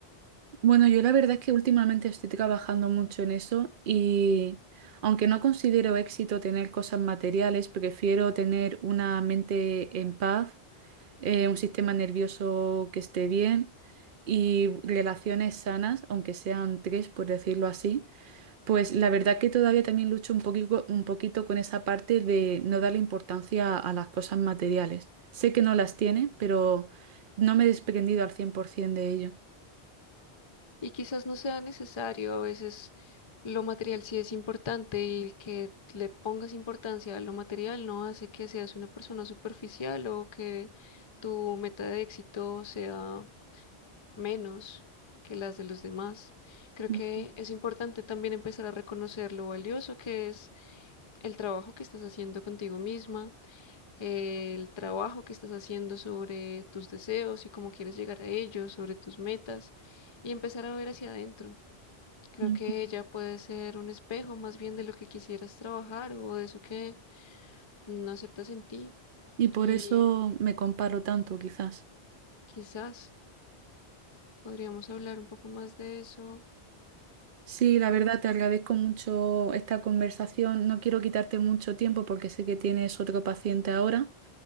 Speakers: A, on the right (about 60°); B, on the left (about 35°).
A: Bueno, yo la verdad es que últimamente estoy trabajando mucho en eso y aunque no considero éxito tener cosas materiales, prefiero tener una mente en paz eh, un sistema nervioso que esté bien y relaciones sanas, aunque sean tres, por decirlo así, pues la verdad que todavía también lucho un poquito, un poquito con esa parte de no darle importancia a las cosas materiales. Sé que no las tiene, pero no me he desprendido al 100% de ello.
B: Y quizás no sea necesario, a veces lo material sí es importante y que le pongas importancia a lo material no hace que seas una persona superficial o que tu meta de éxito sea menos que las de los demás. Creo
A: Ujú.
B: que es importante también empezar a reconocer lo valioso que es el trabajo que estás haciendo contigo misma el trabajo que estás haciendo sobre tus deseos y cómo quieres llegar a ellos, sobre tus metas y empezar a ver hacia adentro. Creo
A: ujú.
B: que ella puede ser un espejo más bien de lo que quisieras trabajar o de eso que no aceptas en ti
A: Y por
B: y
A: eso me comparo tanto, quizás.
B: quizás podríamos hablar un poco más de eso.
A: Sí, la
B: Gracias.
A: verdad, te agradezco mucho esta conversación. No quiero quitarte mucho tiempo porque sé que tienes otro paciente ahora.